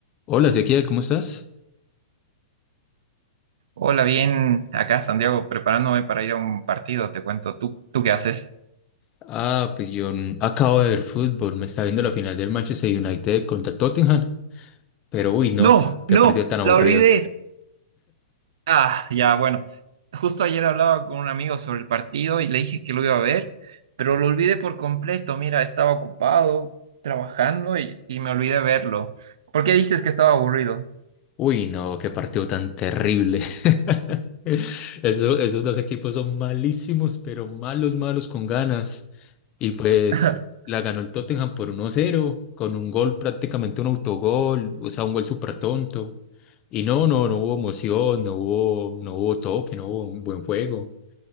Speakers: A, on the left; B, on the right.
A: Hola, Ezequiel, ¿cómo estás?
B: Hola, bien, acá Santiago, preparándome para ir a un partido, te cuento, ¿tú, tú qué haces?
A: Ah, pues yo mm, acabo de ver fútbol, me está viendo la final del Manchester United contra Tottenham, pero uy, no,
B: No,
A: qué
B: no,
A: partido tan aburrido.
B: la olvidé. Ah, ya, bueno, justo ayer hablaba con un amigo sobre el partido y le dije que lo iba a ver, pero lo olvidé por completo, mira, estaba ocupado trabajando y, y me olvidé verlo. ¿Por qué dices que estaba aburrido?
A: Uy, no, qué partido tan terrible. <laughs> Eso- esos dos equipos son malísimos, pero malos, malos con ganas. Y pues
B: <laughs>
A: la ganó el Tottenham por uno cero con un gol prácticamente un autogol, o sea, un gol súper tonto. Y no, no, no hubo emoción, no hubo, no hubo toque, no hubo un buen juego.